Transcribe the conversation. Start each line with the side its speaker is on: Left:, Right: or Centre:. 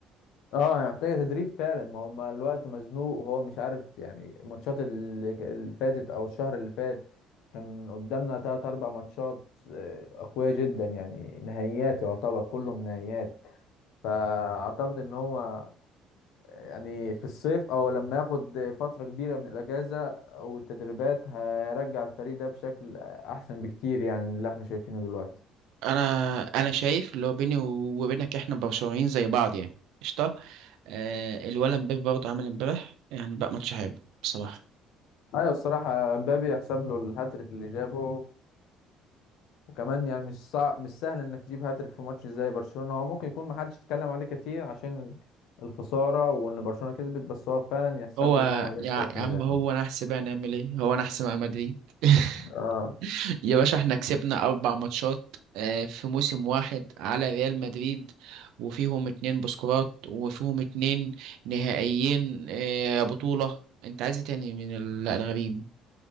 Left: اه هي محتاجة تدريب فعلا ما هم الوقت مزنوق وهو مش عارف يعني الماتشات اللي ك- اللي فاتت او الشهر اللي فات كان قدامنا تلات اربع ماتشات آه، اقوياء جدا يعني نهائيات يعتبر كلهم نهائيات فاعتقد ان هو يعني في الصيف او لما ياخد فترة كبيرة من الاجازة والتدريبات هيرجع الفريق ده بشكل احسن بكتير يعني من اللي احنا شايفينه دلوقتي
Right: انا انا شايف اللي هو بيني وبينك احنا برشلونيين زي بعض يعني قشطة آه الولد امبابي برضه عمل امبارح يعني بقى ماتش حلو بصراحة
Left: ايوه الصراحة مبابي يحسب له الهاتريك اللي جابه وكمان يعني مش صعب مش سهل انك تجيب هاتريك في ماتش زي برشلونة هو ممكن يكون محدش اتكلم عليه كتير عشان ال- الخسارة وان برشلونة كسبت بس هو فعلا يحسب
Right: هو
Left: له ان هو جاب
Right: يا
Left: تلات
Right: يا
Left: اهداف
Right: عم هو
Left: يعني
Right: نحس بقى نعمل ايه هو نحس مع مدريد <laughs>
Left: اه
Right: يا باشا احنا كسبنا أربع ماتشات آه، في موسم واحد على ريال مدريد وفيهم اتنين بسكورات وفيهم اتنين نهائيين آه، بطولة انت عايز إيه تاني من ال- الغريم